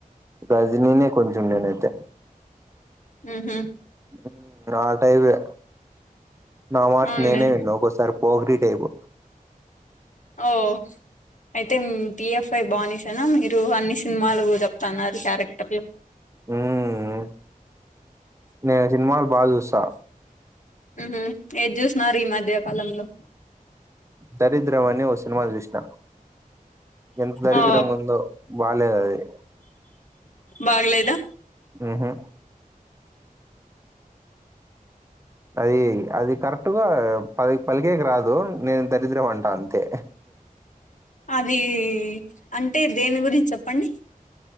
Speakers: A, on the right; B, on the left.
A: గజినినే కొంచెం నేనైతే
B: ఉమ్ హ్
A: ఉమ్ ఆ టైపే నా మాట
B: అవునులే
A: నేనే విన్ను ఒక్కోసారి పోకిరీ టైపు
B: ఓ అయితే మ్ టీ ఎఫ్ ఐ బానీసనా మీరు అన్ని సినిమాలు తప్ తన్నారు క్యారెక్టర్లు
A: మ్ నేన్ సినిమాలు బాగా చూస్తా.
B: మ్ హ్ ఏద్ చూస్న్నార్ ఈ మధ్యకాలంలో
A: దరిద్రం అని ఓ సినిమా చూసిన. ఎంత దరిద్రంగుందో
B: ఆ
A: బాలేదది.
B: బాగలేదా?
A: మ్ హ్ అదీ అది కరెక్ట్గా పల్ పలికేకి రాదు నేన్ దరిద్రం అంటా అంతే
B: అదీ అంటే దేని గురించి చెప్పండి?